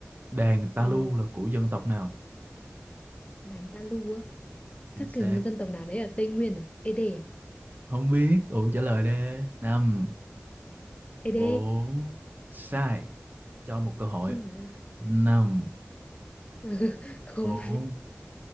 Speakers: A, on the right; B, on the left.
A: Đàn
B: Ờ,
A: ta lu là của dân tộc nào?
B: đàn ta lu á.
A: Chính
B: chắc
A: xác.
B: cái một dân tộc nào đấy ở Tây Nguyên à Ê đê à
A: không biết ủa trả lời đi năm
B: Ê
A: bốn
B: đê
A: sai cho một cơ hội
B: không mà
A: năm
B: <laughs> không
A: bốn